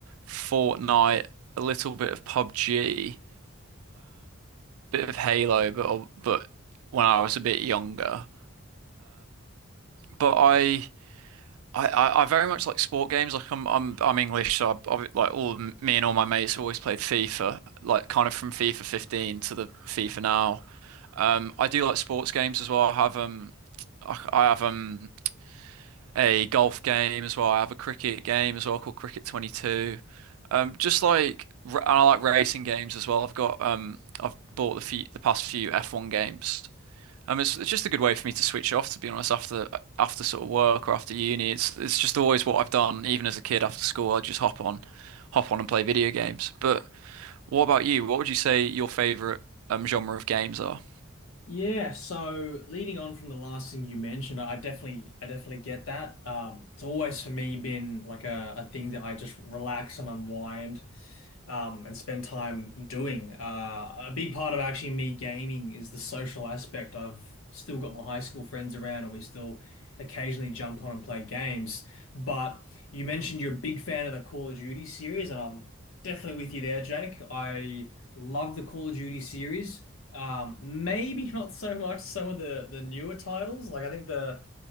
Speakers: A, on the right (about 80°); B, on the left (about 75°).
A: Fortnite, a little bit of PUBG, bit of Halo, but but when I was a bit younger. But I I, I, I very much like sport games. Like I'm I'm I'm English, so I, I like all me and all my mates have always played FIFA. Like kind of from FIFA 15 to the FIFA now. Um, I do like sports games as well. I have um, I, I have um a golf game as well. I have a cricket game as well called Cricket 22. Um, just like r- and I like racing games as well. I've got um I've bought the few, the past few F1 games. Um, it's, it's just a good way for me to switch off, to be honest, after after sort of work or after uni. It's it's just always what I've done, even as a kid after school. I just hop on, hop on and play video games. But what about you? What would you say your favorite um genre of games are?
B: Yeah, so leading on from the last thing you mentioned, I definitely I definitely get that. Um, it's always for me been like a, a thing that I just relax and unwind um, and spend time doing. Uh, a big part of actually me gaming is the social aspect. I've still got my high school friends around, and we still occasionally jump on and play games. But you mentioned you're a big fan of the Call of Duty series, and I'm definitely with you there, Jake. I love the Call of Duty series. Um, maybe not so much some of the the newer titles. Like I think the